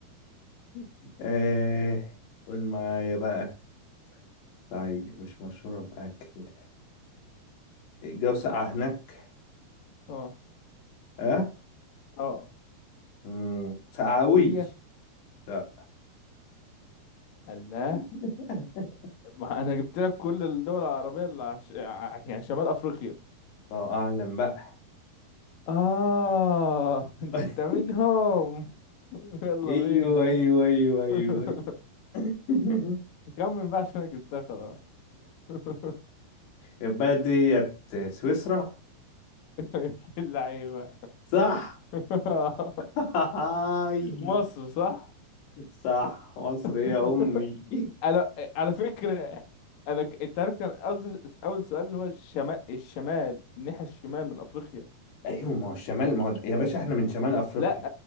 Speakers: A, on the left; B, on the left.
A: <laughs>
B: ايه قول معايا بقى طيب مش مشهورة بأكل الجو ساقع هناك
A: اه
B: اه
A: اه
B: مم، ساقع أوي
A: ليبيا
B: لا
A: الله
B: <laughs>
A: ما انا جبت لك كل الدول العربية اللي عش... ع- يعني شمال افريقيا
B: الله اعلم بقى
A: اه انت
B: <laughs>
A: منهم <laughs> يلا
B: ايوه
A: بينا
B: ايوه ايوه ايوه
A: <laughs>
B: أيوة. <laughs>
A: كمل بقى عشان انا جبتها خلاص <laughs>
B: البلد ديت سويسرا
A: يا ابن اللعيبة
B: صح
A: <laughs>
B: <laughs> هاي.
A: مصر صح
B: صح مصر
A: <laughs>
B: يا امي
A: انا على فكرة انا ك- انت عارف كان قصدي اول سؤال اللي هو الشمال الشمال الناحية الشمال من افريقيا
B: <laughs> ايوه ما هو الشمال ما هو يا باشا احنا من شمال افريقيا
A: لا